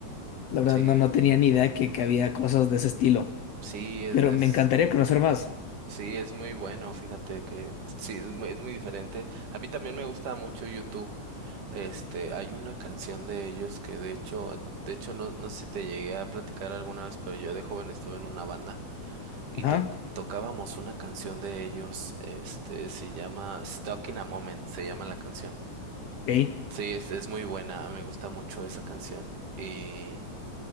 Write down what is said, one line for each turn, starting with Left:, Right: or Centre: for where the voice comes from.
Left: La verdad
Right: sí,
Left: no, no tenía ni idea que, que había cosas de ese estilo.
Right: sí, es,
Left: Pero
Right: es,
Left: me encantaría conocer más.
Right: sí, es muy bueno, fíjate que sí, es muy, es muy diferente. A mí también me gusta mucho YouTube. Este, hay una canción de ellos que de hecho, de hecho no, no sé si te llegué a platicar alguna vez, pero yo de joven estuve en una banda y
Left: Ajá.
Right: toc tocábamos una canción de ellos, este, se llama Stuck in a Moment, se llama la canción.
Left: Ey.
Right: Sí, es, es muy buena, me gusta mucho esa canción. Y,